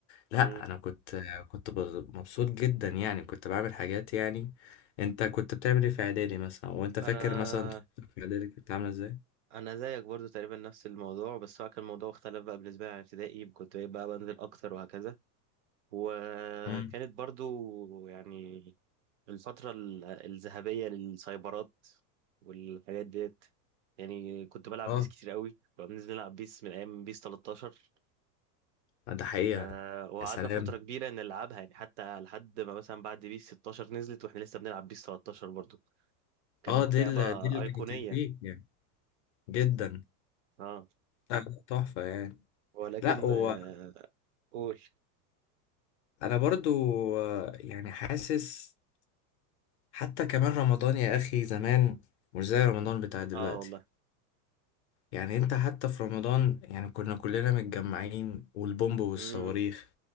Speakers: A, on the left; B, on the right.
A: لا
B: امم
A: انا كنت آه، كنت بز- مبسوط جدا يعني كنت بعمل حاجات يعني انت كنت بتعمل ايه في اعدادي مثلا وانت فاكر
B: انا
A: مثلا طفولتك في اعدادي كنت عامله ازاي
B: انا زيك برضو تقريبا نفس الموضوع بس هو كان الموضوع اختلف بقى بالنسبه لي عن ابتدائي كنت بقى بنزل اكتر وهكذا وكانت
A: امم
B: برضو يعني الفترة ال- الذهبية للسايبرات والحاجات ديت يعني كنت بلعب
A: اه
B: بيس كتير قوي كنا بننزل نلعب بيس من أيام بيس 13
A: ده حقيقه
B: آه وقعدنا
A: يا سلام
B: فترة كبيرة نلعبها يعني حتى لحد ما مثلا بعد بيس 16 نزلت واحنا لسه بنلعب بيس 13 برضو كانت
A: اه دي
B: لعبة
A: ال- دي اللي
B: أيقونية
A: كانت تديك يعني جدا
B: اه
A: لا، لا، تحفة يعني
B: ولكن
A: لا وانا
B: آه قول
A: برضو آه، يعني حاسس حتى كمان رمضان يا اخي زمان مش زي رمضان بتاع دلوقتي
B: اه والله
A: يعني انت حتى في رمضان يعني كنا كلنا متجمعين والبومب والصواريخ
B: امم